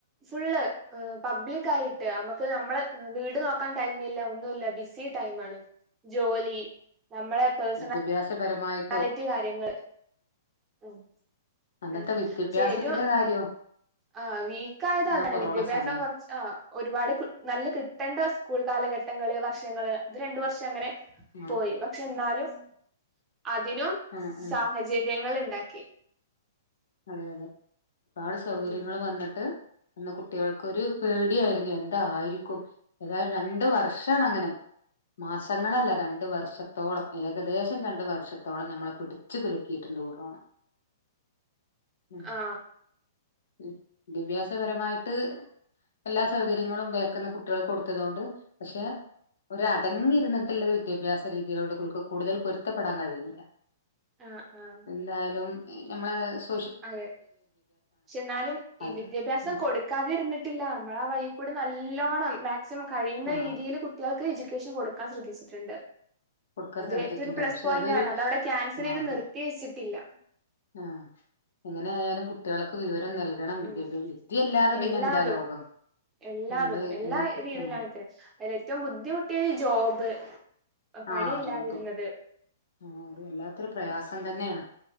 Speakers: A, on the right; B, on the left.
A: ഫുള്ള് ഇഹ് പബ്ലിക്കായിട്ട് അമ്മക്ക് ഞമ്മളെ വീട് നോക്കാൻ ടൈം ഇല്ല ഒന്നുല്ല ബിസി ടൈമാണ് ജോലി നമ്മളെ പേഴ്സണൽ
B: ദ്യഭ്യാസപരമായി
A: വെറൈറ്റി കാര്യങ്ങള് ഉം
B: അന്നത്തെ
A: അഹ് പക്ഷെ
B: വിദ്യാഭ്യാസത്തിന്റെ
A: ഏറ്റവും
B: കാര്യോ
A: ആഹ് വീക്കായതോണ്ടാണ്
B: അന്നാ കൊറോണ
A: വിദ്യാഭ്യാസം
B: സമയം
A: കൊർ ആഹ് ഒരുപാട് കു നല്ല കിട്ടണ്ടെ സ്കൂൾ കാലഘട്ടങ്ങള് വർഷങ്ങള് ഇത് രണ്ട് വർഷം അങ്ങനെ
B: ആ
A: പോയി പക്ഷെ ഇന്നാലും അതിനും
B: ആ ആ
A: സാഹചര്യങ്ങള് ഇണ്ടാക്കി
B: അതെ അതെ ഒരുപാട് സൗകര്യങ്ങള്
A: ഉം
B: വന്ന്ട്ട് അന്ന് കുട്ടികൾക്കൊരു പേടിയായിരുന്നു എന്തായിരിക്കും ഏതായാലും രണ്ട് വർഷാണ് അങ്ങനെ മാസങ്ങളല്ല രണ്ട് വർഷത്തോളം ഏകദേശം രണ്ട് വർഷത്തോളം നമ്മളെ പിട് ച്ച് കുലുക്കിയിട്ട്ണ്ട് കൊറോണ ഉം ഉം
A: ആ
B: വിദ്യാഭ്യാസപരമായിട്ട് എല്ലാ സൗകര്യങ്ങളും ബേക്ക്‌ന്ന് കുട്ടികൾക്ക്‌ കൊട്ത്ത്കാണ്ട് പക്ഷെ ഒര് അടങ്ങി ഇര്ന്ന്ട്ട്ല്ലൊരു വിദ്യാഭ്യാസ രീതിയിലോട് ഓൽക്ക് കൂടുതൽ പൊരുത്തപ്പെടാൻ കഴിയ്ണില്ല
A: ആഹ് ആഹ്
B: എന്തായാലും ഈ നമ്മളെ സ്
A: അതെ പക്ഷെ ഇന്നാലും
B: അത്
A: ഈ വിദ്യാഭ്യാസം
B: ഉം
A: കൊട് ക്കാതിര്ന്ന്ട്ടില്ല നമ്മള് ആ വഴിക്കൂടെ നല്ലോണം മാക്സിമം കഴിയുന്ന
B: ആഹ്
A: രീതിയില് കു ട്ടികൾക്ക് എജ്യൂക്കേഷൻ കൊടുക്കാൻ ശ്രദ്ധിച്ച്ട്ട്ണ്ട്
B: കൊടുക്കാൻ
A: അത്
B: സാധിച്ചിട്ടുണ്ടാവും
A: ഏറ്റവും ഒര് പ്ലസ്
B: പക്ഷെ
A: പോയന്റ്
B: അതൊരു
A: ആണ് അതത് അവ്ടെ ക്യാൻസലെയ്ത്
B: ആഹ്
A: നിർത്തി വെച്ചിട്ടില്ല
B: ആഹ് എങ്ങനെ ആയാലും കുട്ടികൾക്ക് വിവരം നൽ കണം വിദ്യഭ്യ
A: ഉം
B: വിദ്യയല്ലാതെ
A: എല്ലാതും
B: പിന്നെ എന്താ ലോകം
A: എല്ലാതും
B: നമ്മള്
A: എല്ലാ
B: എൻ
A: രീതിയിലും
B: ആഹ്
A: അങ്ങൻതന്നെ അയ്ല് ഏറ്റവും ബുദ്ധിമുട്ടിയത് ഈ ജോബ് എഹ് പണിയില്ലാതിര്ന്നത്
B: ആഹ് ജോബ് ആഹ് അത് വല്ലാത്തൊരു പ്രയാസം തന്നേണ്